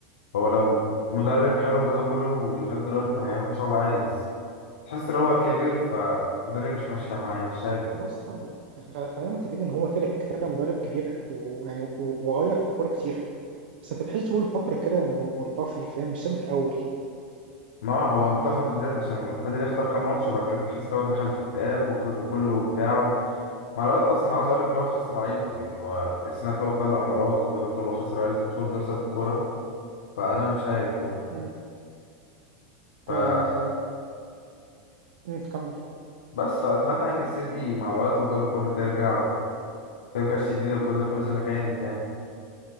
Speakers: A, on the left; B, on the right.
A: هو لو مدرب حلو كده كله ولغاية دلوقتي كان هيعمل شغل عالي بس تحس ان هو كبير فالدنيا مش ماشية معاه مش عارف
B: بص يعني يعني خ- خلينا متفقين ان هو كده كده مدرب كبير ويعني و- وغير في الكورة كتير بس انت تحسه بقاله فترة كده م- منطفي فاهم مش شبه الاول
A: ما هو انطفى بالذات عشان فضل يخسر كام ماتش وبعد كده تحس ان هو دخل في اكتئاب والجو كله بتاعه مع الوقت اصلا عاوز اقول لك هو خسر عيلته يعني هو السنة اللي هو طلق مراته والجو كله خسر عيلته طول ده بسبب الكورة فانا مش عارف يعني
B: مم.
A: فبس
B: آه مم، كمل
A: فاتمنى ان السيتي مع الوقت والجو كله ترجع وترجع شديدة والجو كله زي ما كانت يعني